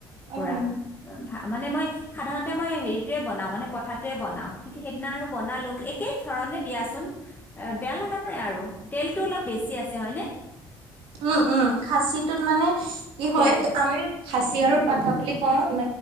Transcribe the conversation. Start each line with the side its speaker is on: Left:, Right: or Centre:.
Left: পুৰা
Right: উম
Left: মানে মই সাধাৰতে মই হেৰিতয়ে বনাও মানে পথাটোৱে বনাও কিন্তু সেইদিনা আৰু বনালো একেই ধ দিয়াচোন বেয়া লগা নাই আৰু তেলতটো অলপ বেছি আছে হয় নে।
Right: উম - উম খাচীটোত মানে কি হয়
Left: তেল থাকে
Right: আমি খাচী আৰু কথা বুলি কও ম